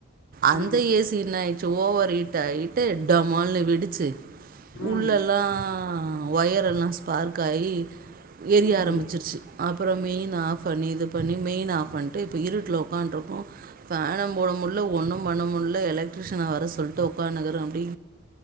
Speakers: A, on the right (about 40°); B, on the left (about 75°).
A: அந்த
B: ம்
A: ஏ சி என்னாயிடுச் ஓவரு ட்ட டாமலுனு வெடுச்சு
B: ம்
A: உள்ளெல்லாம் ஹா ஒயர்யெல்லாம் ஸ்பார்க் ஆயி ஏறிய
B: ம்
A: ஆரம்பிச்சிருச்சு அப்புறம் மெயின் ஆஃப் பண்ணி இது பண்ணி மெயின் ஆஃப் பண்ணிட்டு இப்போ இருட்டில் உட்காருக்கும்ம் ஃபேனும் போட முடியல ஒன்றும் பண்ணமுடில எலக்ட்ரிஷனை வர சொல்லிட்டு ஒக்காந்து இருக்கிறோம் இப்படி